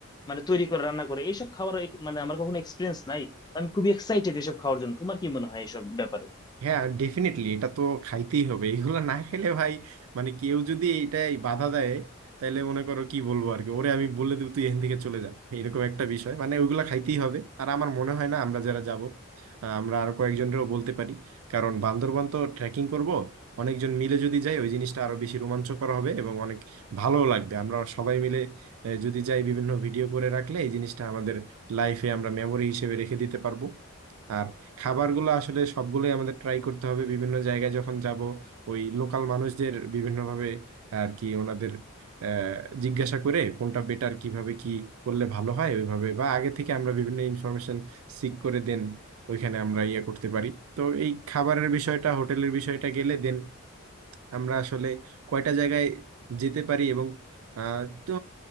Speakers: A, on the left; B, on the right.
A: মানে তৈরি করে রান্না করে এইসব খাবার এক- মানে আমার কখনো এক্সপিরিয়েন্স নাই আমি খুবই এক্সাইটেড এসব খাওয়ার জন্য তোমার কি মনে হয় এসব ব্যাপারে
B: হ্যাঁ ডেফিনেটলি এটা তো খাইতেই হবে এগুলো না খেলে ভাই মানে কেউ যদি এইটাই বাধা দেয় তাহলে মনে করো কি বলবো আর কি ওরে আমি বলে দেবো তুই এখান থেকে চলে যা এইরকম একটা বিষয় মানে ওইগুলা খাইতেই হবে আর আমার মনে হয় না আমরা যারা যাব আমরা আর কয়েকজনেরও বলতে পারি কারণ বান্দরবান তো ট্রেকিং করব অনেকজন মিলে যদি যাই ওই জিনিসটা আরো বেশি রোমাঞ্চকর হবে এবং অনেক ভালোও লাগবে আমরা সবাই মিলে আহ, যদি যাই বিভিন্ন ভিডিও করে রাখলে এই জিনিসটা আমাদের লাইফে আমরা মেমরি হিসেবে রেখে দিতে পারবো আর খাবারগুলো আসলে সবগুলোই আমাদের ট্রাই করতে হবে বিভিন্ন জায়গায় যখন যাব ওই লোকাল মানুষদের বিভিন্নভাবে আর কি ওনাদের আহ, জিজ্ঞাসা করে কোনটা বেটার কিভাবে কি করলে ভালো হয় ওইভাবে বা আগে থেকে আমরা বিভিন্ন ইনফরমেশন সিক করে দেন ওইখানে আমরা ইয়ে করতে পারি তো এই খাবারের বিষয়টা হোটেলের বিষয়টা গেলে দেন আমরা আসলে কয়টা জায়গায় যেতে পারি এবং আহ, তো